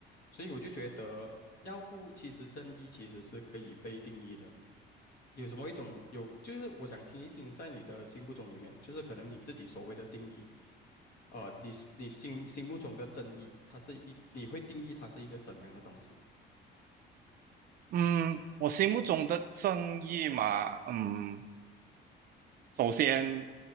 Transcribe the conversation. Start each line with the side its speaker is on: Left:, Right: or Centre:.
Left: 所以我就觉得，要不其实正义其实是可以被定义的。有什么一种有，就是我想听一听，在你的心目中里面，就是可能你自己所谓的定义，呃，你你心心目中的正义，它是一，你会定义它是一个怎样的东西？
Right: 嗯，我心目中的正义嘛，嗯。首先